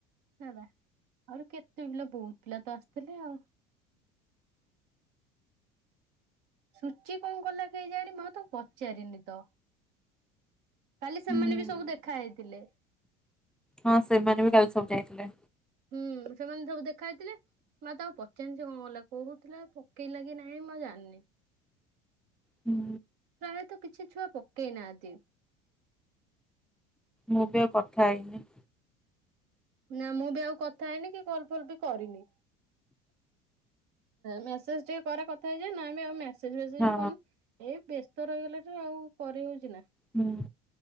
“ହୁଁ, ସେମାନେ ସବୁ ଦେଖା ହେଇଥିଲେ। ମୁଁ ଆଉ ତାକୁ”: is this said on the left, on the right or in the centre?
Right